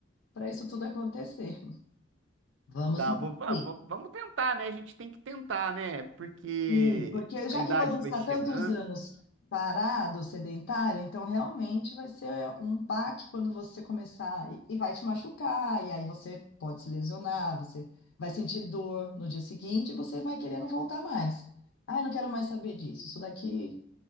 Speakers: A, on the left (about 75°); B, on the right (about 70°).
A: para isso tudo acontecer. Vamos
B: Tá,
A: então
B: vou- va-
A: ter.
B: va- vamos tentar, né? A gente tem que tentar, né? Porque
A: Sim, porque já
B: a idade
A: que você está
B: vai chegando.
A: tantos anos parado, sedentário, então realmente vai ser um baque quando você começar e, e vai te machucar, e aí você pode se lesionar, você vai sentir dor no dia seguinte e você vai querendo voltar mais. Ai, não quero mais saber disso. Isso daqui